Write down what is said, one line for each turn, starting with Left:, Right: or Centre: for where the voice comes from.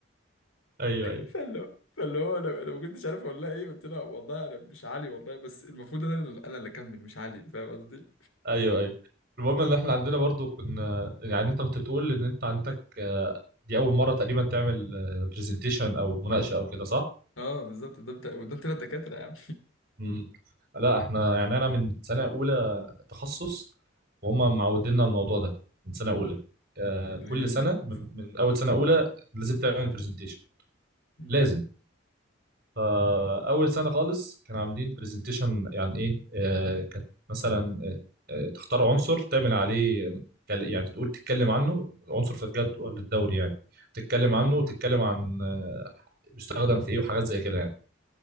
Right: ايوه ايوه
Left: فاللي فاللي هو انا انا ما كنتش عارف اقول لها ايه قلت لها والله انا مش علي والله بس المفروض انا اللي- انا اللي اكمل مش علي فاهم قصدي؟
Right: ايوه ايوه المهم ان احنا عندنا برضو كنا يعني انت كنت بتقول ان انت عندك آه، دي اول مره تقريبا تعمل برزنتيشن او مناقشه او كده صح؟
Left: اه بالظبط قدام تا- قدام تلات دكاتره يا عم
Right: مم. لا احنا يعني انا من سنه اولى تخصص وهم معودينا الموضوع ده من سنه اولى آه
Left: جامد
Right: كل سنه من, من اول سنه اولى لازم تعمل برزنتيشن
Left: مم.
Right: لازم فاول سنه خالص كانوا عاملين برزنتيشن يعني ايه آه كانت مثلا آه آه، تختار عنصر تعمل عليه كل- يعني تقول تتكلم عنه عنصر في الجدول الدوري يعني تتكلم
Left: مم.
Right: عنه وتتكلم عن آه، بيستخدم في ايه وحاجات زي كده يعني